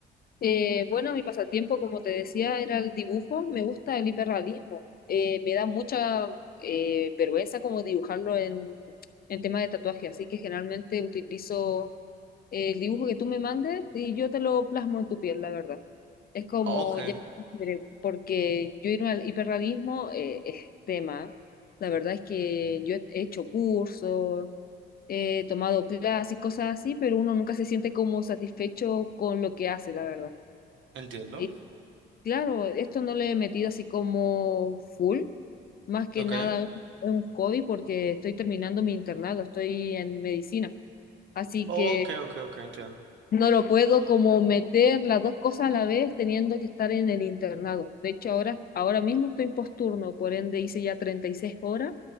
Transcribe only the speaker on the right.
Ok,
entiendo.
Ok.
Ok,
ok, ok, entiendo.